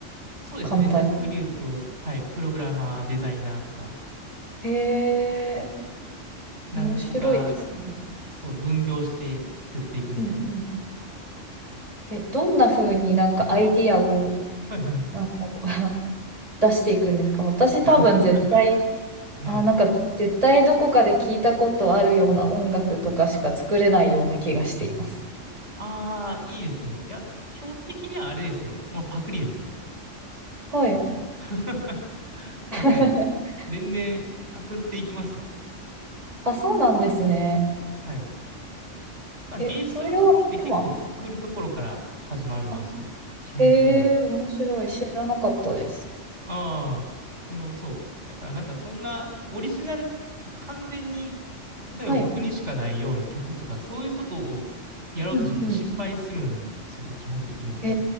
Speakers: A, on the right; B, on the right.
A: そうですね。
B: 簡単に。
A: ざっくり言うと、はい、プログラマー、デザイナーとか、
B: へえ、
A: 何個か、
B: 面白いですね。
A: そう、分業して作っていくみたいな。
B: うんうんえ、どんな風になんかアイディアを
A: はいはい。
B: なんか <laughs> 出していくんですか私多分絶対、
A: <laughs> はい。
B: あ、なんか絶対どこかで聞いたことあるような音楽とかしか作れないような気がしています。
A: ああ、いいですね。いや、基本的にはあれですよ。まあ、パクリですよ。
B: はい。
A: <laughs>
B: <laughs>
A: パクリですよ。全然パクっていきますよ。
B: あ、そうなんですね。
A: はい。まあ、
B: え、
A: 芸術の基本って結構パクるところから始まるんですよ。
B: それを、でも、あ、
A: 基本的には。
B: へえ、面白い。知らなかったです。
A: ああ、その、そう。だからなんかそんなオリジナル、完全に、例えば僕にしかないような曲とか、
B: はい。
A: そういうことをやろうとすると失敗するんですよね、
B: うんうん。
A: 基本的には。
B: へ